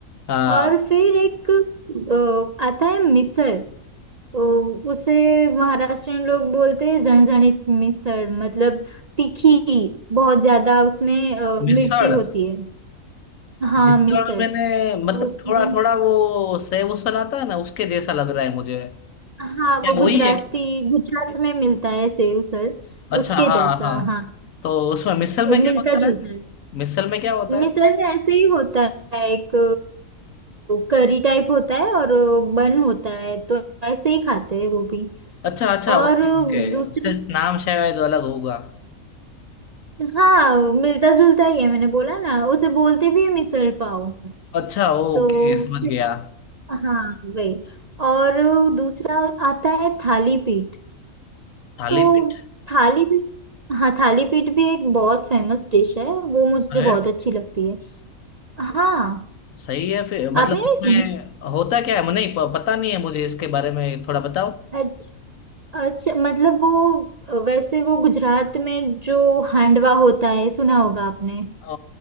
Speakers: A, on the left; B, on the right.
A: हाँ
B: और फिर एक अ, आता है मिसल ओ, उसे महाराष्ट्रियन लोग बोलते हैं झणझणीत मिसळ मतलब तीखी बहुत ज्यादा उसमें अ,
A: मिसल
B: मिर्ची होती है हाँ
A: जितना
B: मिसळ
A: भी मैंने मतलब
B: तो उसमें
A: थोड़ा थोड़ा वो सेब उसल आता है ना उसके जैसा लग रहा है मुझे
B: हाँ
A: क्या
B: वो गुजराती
A: वही है क्या
B: गुजरात में मिलता है सेव उसल
A: अच्छा
B: उसके
A: हाँ
B: जैसा
A: हाँ
B: हाँ
A: तो उसमें मिसल
B: अ,
A: में क्या
B: मिलता
A: होता
B: जुलता
A: है
B: है
A: मिसल में क्या होता
B: मिसळ
A: है
B: में ऐसे ही होता है एक करी टाइप होता है और अ, बन होता है तो ऐसे ही खाते हैं वो भी
A: अच्छा अच्छा
B: और
A: ओके ओके
B: दूसरा
A: सिर्फ नाम शायद अलग होगा
B: हाँ मिलता जुलता ही है मैंने बोला ना उसे बोलते भी है मिसल पाव
A: अच्छा ओके
B: तो उससे
A: समझ गया
B: हाँ वही और दूसरा आता है थाली पीठ
A: थाली
B: तो
A: पीठ
B: थाली पीठ हाँ थाली पीठ भी एक बहुत फेमस डिश है वो मुझे
A: अरे
B: बहुत अच्छी लगती है हाँ
A: सही है फिर मतलब
B: आपने नहीं
A: उसमें
B: सुनी
A: होता क्या है मुझे नहीं प- पता नहीं है मुझे इसके बारे में थोड़ा बताओ
B: अच्छा अच्छा मतलब वो वैसे वो गुजरात में जो हांडवा होता है सुना होगा आपने
A: अ,